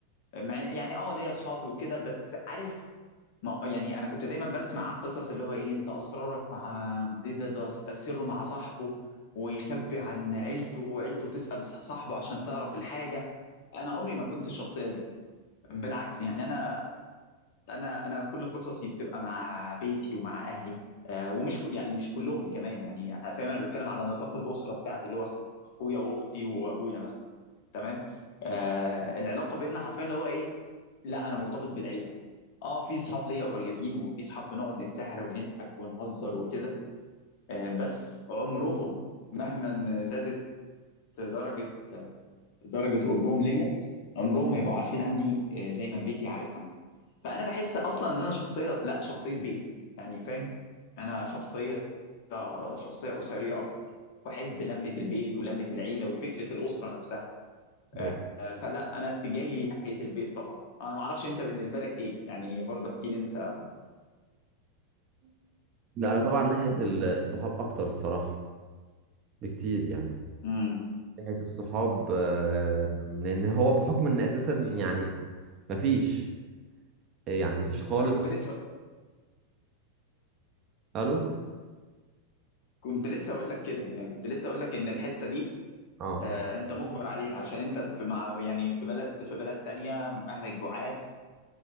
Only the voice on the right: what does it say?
طيب.
لا انا طبعا ناحية ال- الصحاب اكتر الصراحة بكتير يعني
ناحية الصحاب آه، لان هو بحكم ان اساسا يعني مفيش يعني مفيش خالص
الو
اه